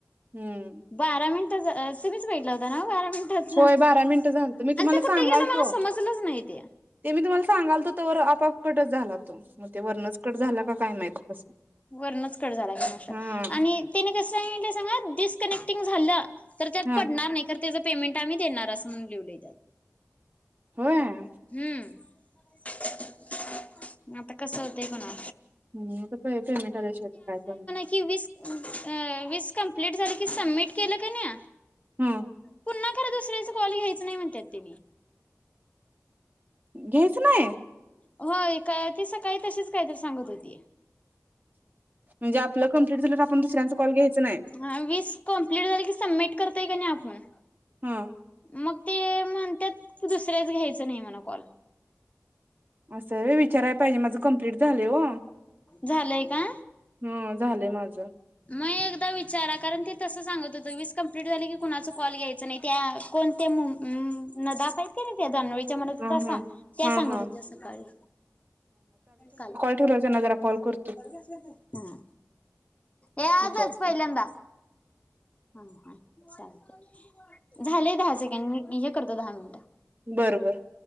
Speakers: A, on the right; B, on the left.
A: हम्म
B: बारा मिनिट सगळं भेटला होता ना बारा मिनट तेच
A: होय
B: आणि
A: बारा मिनिटं झालत मी तुम्हाला
B: ते
A: सांगालतो
B: कुठे गेलं मला समजलंच नाही ते
A: ते मी तुम्हाला सांगाल तो तर व आपापकटच झाला तो मग ते वर्णच कट झाला का काय माहित कसं
B: वरनच कट झाला कामाशा
A: हा
B: आणि त्याने कसं स सांगा डिस्कनेक्टिंग झालं तर त्यात
A: हा
B: पडणार नाही. तर त्याचं पेमेंट आम्ही देणार असं म्हून लिहिवलय
A: होय
B: हम्म, आता कसं होतंय कोणा
A: हम् आता पेमेंटाय शिव काय कर
B: कि वीस कंप्लीट झालं सबमिट केलं का नाही
A: हा
B: पुन्हा खरं दुसऱ्याच कॉल घ्यायच नाही म्हणतात ते
A: घ्यायच नाही
B: हो का? ती सकाळी तशीच कायत सांगत होती
A: म्हणजे आपलं कंप्लीट झाला तर आपण दुसऱ्यांचा कॉल घ्यायचं नाही.
B: हा वीस कंप्लीट झाली की सबमिट करताय का नाही आपण
A: हम्म
B: मग ते म्हणतात दुसऱ्याच घ्यायचं नाही म्हण कॉल
A: असं विचारायला पाहिजे माझं कप्लीट झालं हो
B: झालंय का?
A: हम् झालंय माझं
B: मग एकदा विचारा कारण ते तसं सांगत होतं वीस कंप्लीट झाली की कॉल घ्यायच नाही त्या कोण ते नदाफ आहेत नाही त्या दानोळीच्या मनात
A: हां हां
B: त्या सांगत
A: हां हां
B: सकाळी काल
A: तेवढ जरा जरा कॉल कर
B: हम, ए आजच
A: विचारतो
B: पहिल्यांदा हा हा चालते झालेय दहा सेकंड मी हे करतो दहा मिनिट
A: बर बर